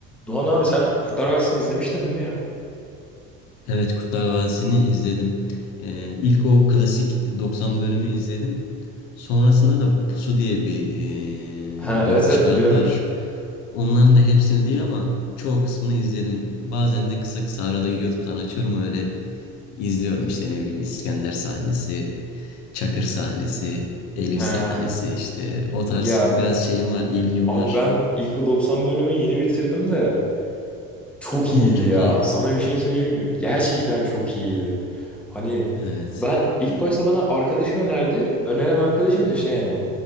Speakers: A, in the centre; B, on the left (about 75°).
A: Doğan abi sen Kurtlar Vadisi'ni izlemiştin değil mi ya?
B: Evet Kurtlar Vadisi'ni izledim. Ee, ilk o klasik 90 bölümü izledim. Sonrasında da Pusu diye bir e,
A: Ha,
B: bölüm
A: evet
B: çıkardılar.
A: evet biliyorum.
B: Ondan da hepsini değil ama çoğu kısmını izledim. Bazen de kısa kısa arada YouTube'dan açıyorum öyle izliyorum işte ne bileyim İskender sahnesi, Çakır sahnesi, Elif
A: Ha,
B: sahnesi işte o tarz
A: ya
B: biraz şeyim var, ilgim
A: abi
B: var.
A: ben ilk o 90 bölümü yeni bitirdim de Çok
B: Oo
A: iyiydi
B: çok
A: ya.
B: iyi.
A: Sana bir şey söyleyeyim mi? Gerçekten çok iyiydi. Hani
B: Evet.
A: ben ilk başta bana arkadaşım önerdi. Öneren arkadaşım da şey hani